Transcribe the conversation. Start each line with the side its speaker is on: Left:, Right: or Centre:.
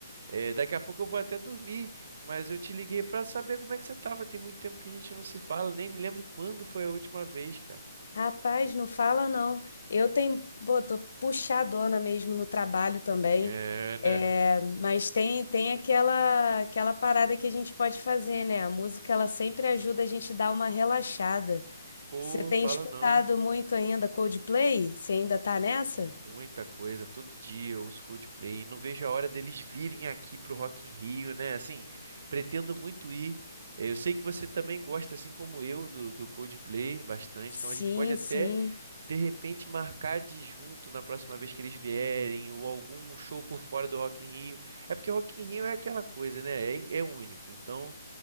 Right: É, daqui a pouco eu vou até dormir, mas eu te liguei pra saber como é que você tava. Tem muito tempo que a gente não se fala, nem me lembro quando foi a última vez, cara.
Left: Rapaz, não fala não. Eu tenho, pô, tô puxadona mesmo no trabalho também.
Right: É, né?
Left: É, mas tem tem aquela aquela parada que a gente pode fazer, né? A música ela sempre ajuda a gente dar uma relaxada.
Right: Pô,
Left: Você tem
Right: fala
Left: escutado
Right: não.
Left: muito ainda Coldplay? Você ainda tá nessa?
Right: Muita coisa, todo dia os Coldplay. Não vejo a hora deles virem aqui pro Rock in Rio, né? Assim, pretendo muito ir. Eh, Eu sei que você também gosta, assim como eu, do, do Coldplay bastante.
Left: Sim,
Right: Então a gente pode até,
Left: sim.
Right: de repente, marcar de junto na próxima vez que eles vierem, ou algum show por fora do Rock in Rio. É porque Rock in Rio é aquela coisa, né? É, é único. Então,